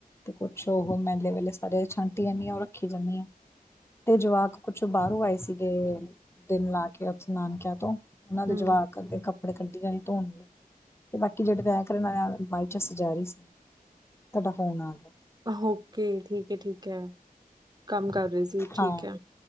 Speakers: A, on the left; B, on the right.
A: ਤੇ ਕੁੱਛ ਓਹ ਮੈਲੇ ਵੇਲੇ ਸਾਰੇ ਛਾਂਟੀ ਜਾਂਦੀ ਆ, ਓ ਰੱਖੀ ਜਾਂਨੀ ਆ ਤੇ ਜਵਾਕ ਕੁਛ ਬਾਰੋਂ ਆਏ ਸੀਗੇ, ਦਿਨ ਲਾ ਕੇ ਨਾਨਕਿਆਂ ਤੋਂ ਓਨਾਂ ਦੇ
B: ਹੂੰ,
A: ਜੁਆਕਾਂ ਦੇ ਕਰਦੇ ਕੱਪੜੇ ਕੱਢੀ ਜਾਣੀ ਧੋਣ ਲਈ, ਤੇ ਬਾਕੀ ਜੇੜੇ ਤੈ ਕਰਨ ਵਾਲੇ <unintelligible> ਤੇ ਸਜਾ ਰੀ ਸੀ, ਤਾਡਾ ਫ਼ੋਨ ਆ ਗਿਆ।
B: ਹੋਕੇ, ਠੀਕ ਐ-ਠੀਕ ਐ। ਕੰਮ ਕਰ ਰੇ ਸੀ, ਠੀਕ
A: ਹਾਂ
B: ਐ,